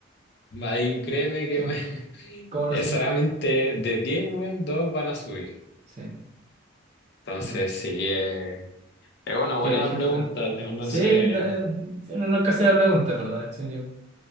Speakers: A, on the left; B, on the right.
A: ahí créeme que
B: Sí,
A: me- <laughs>
B: ¿Cómo lo
A: es
B: sé?
A: solamente de diez, weón, dos van a subir.
B: Sí.
A: Entonces,
B: Mm.
A: sí, eh, es una buena
B: Qué brígido
A: pregunta,
B: estaba.
A: no
B: Sí,
A: sé.
B: no, eh, sí, uno nunca se la pregunta, en ¿verdad? Sí, yo-